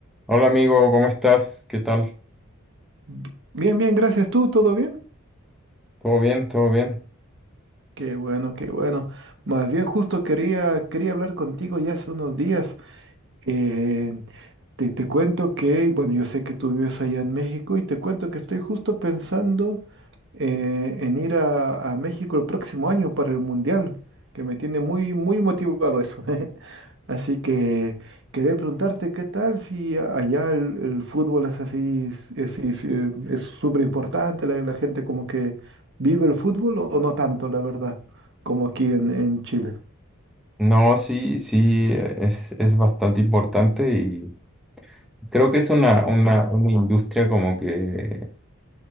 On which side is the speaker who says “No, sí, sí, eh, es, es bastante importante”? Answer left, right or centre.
Centre